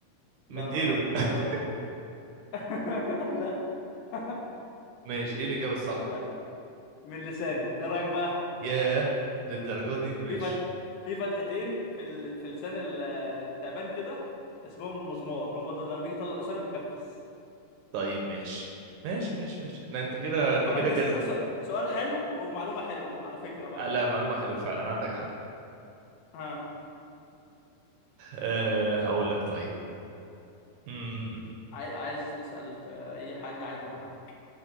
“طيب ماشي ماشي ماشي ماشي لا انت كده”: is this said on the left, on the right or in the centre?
Right